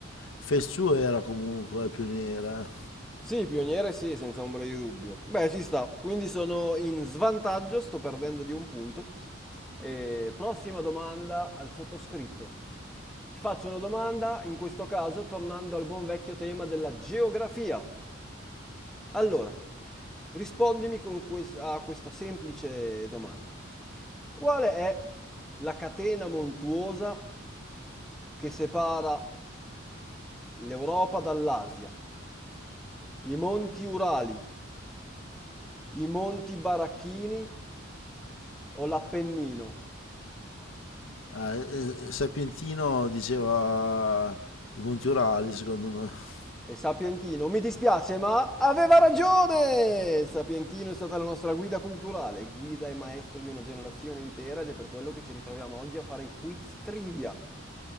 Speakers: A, on the left; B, in the centre.
A: Fesciù era comunque più nera,
B: Sì, pioniere sì, senza ombra di dubbio. Beh, ci sta. Quindi sono in svantaggio, sto perdendo di un punto. E prossima domanda al sottoscritto. Ti faccio una domanda, in questo caso tornando al buon vecchio tema della geografia. Allora, rispondimi con ques- a questa semplice domanda. Qual è la catena montuosa che separa l'Europa dall'Asia? I monti Urali, i Monti Baracchini o l'Appennino.
A: Eh, eh, Sapientino diceva i Monti Urali secondo me.
B: E Sapientino, mi dispiace, ma aveva ragione! Sapientino è stata la nostra guida culturale, guida e maestro di una generazione intera ed è per quello che ci ritroviamo oggi a fare i quiz trivia.